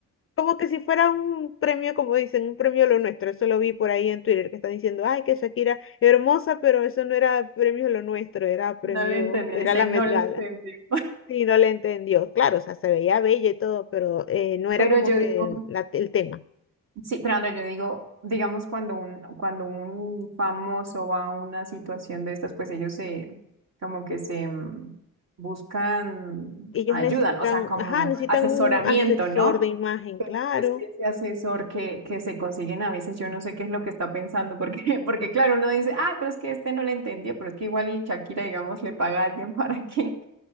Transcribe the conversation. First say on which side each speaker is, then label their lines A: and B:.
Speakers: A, on the left (about 40°); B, on the right (about 50°).
A: Como que si fuera un premio, como dicen, un premio lo nuestro. Eso lo vi por ahí en Twitter que están diciendo, ay, que Shakira hermosa, pero eso no era premio lo nuestro, era premio,
B: No le entendió,
A: era
B: dice,
A: la
B: no
A: Met
B: le
A: Gala.
B: entendió.
A: Sí, no le entendió. Claro, o sea, se veía bella y todo, pero eh, no
B: <laughs>
A: era
B: Pero
A: como
B: yo
A: que
B: digo,
A: el, la- el tema.
B: sí, pero Andrea, yo digo, digamos, cuando un, cuando un famoso va a una situación de estas, pues ellos se, como que se mm, buscan,
A: Ellos
B: ayudan,
A: necesitan,
B: o sea, como
A: ajá, necesitan
B: asesoramiento,
A: un asesor
B: ¿no?
A: de imagen, claro.
B: Es que ese asesor que, que se consiguen a veces, yo no sé qué es lo que está pensando, porque, <laughs> porque claro, uno dice, ah, pero es que este no le entendió, pero es que igual y Shakira, digamos, le paga a alguien <laughs> para que,